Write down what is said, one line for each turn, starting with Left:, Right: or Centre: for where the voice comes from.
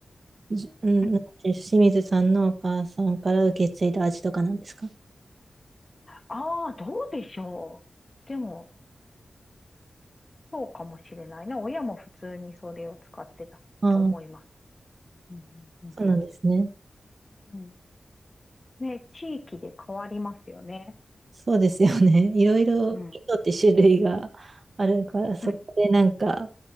Right: じうん、
Left: うん。
Right: なんていう清水さんのお母さんから受け継いだ味とかなんですか
Left: ああ、どうでしょう。でも、そうかもしれないな。親も普通にそれを使ってたと思います。
Right: ああ、
Left: うんうん
Right: そうなんですね。
Left: うん。うんね、地域で変わりますよね。
Right: そうですよね。<laughs> いろいろ、
Left: うん。
Right: 糸って種類があるから、そこでなんか、
Left: うん。